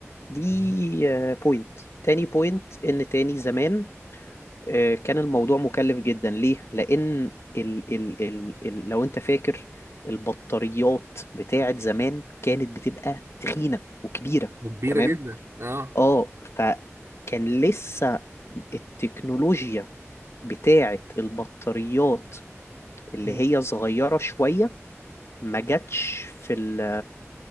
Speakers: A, on the left (about 60°); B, on the right (about 60°).
A: دي
B: مم.
A: بوينت تاني بوينت ان تاني زمان آه، كان الموضوع مكلف جدا ليه؟ لأن ال ال ال ال لو أنت فاكر البطاريات بتاعت زمان كانت بتبقى تخينة وكبيرة
B: وكبيره
A: تمام؟
B: جدا اه
A: اه فكان لسه التكنولوجيا بتاعت البطاريات اللي
B: مم.
A: هي صغيرة شوية ما جاتش في ال